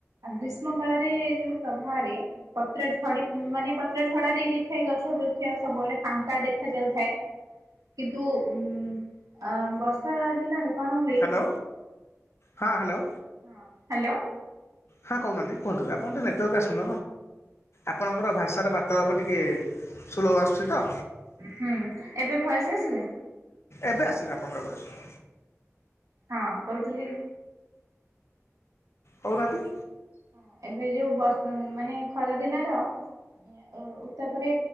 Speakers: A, on the right (about 85°); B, on the left (about 55°).
A: ଗ୍ରୀଷ୍ମ କାଳରେ ଯୋଉ ପ୍ରବାହରେ ପତ୍ର ଝଡ଼ି ମାନେ ପତ୍ର ଝଡ଼ା ଦେଇ ଦେଇଥାଏ ଗଛ ବୃକ୍ଷ ସବୁଆଡ଼େ ଫାଙ୍କା ଦେଖା ଯାଉଥାଏ। କିନ୍ତୁ ଉଁ ଅ ବର୍ଷା ଦିନରେ କଣ ହୁଏ
B: ଳ ହଁ ହ୍ୟାଲୋ।
A: ହଁ ହାଲୋ।
B: ହଁ କହୁନାହାନ୍ତି କୁହନ୍ତୁ ଆପଣ ତ ନେଟୱାର୍କକୁ ଆସୁନ ଆପଣଙ୍କର ଭାଷାର ବା ତ ଆମ ଟିକେ ସୁଲଭ ଆସୁଚି ତ।
A: ହୁଁ ଏବେ ଭଏସ୍ ଆସିଲା?
B: ଏବେ ଆସିଲା ଆପଣ ମେସର।
A: ହଁ କହୁଥିଲି
B: କଉନାହାନ୍ତି।
A: ହଁ ଏବେ ଯୋଉ ବର୍ଷ ମାନେ ଖରା ଦିନର ଏ ଓ ତାପରେ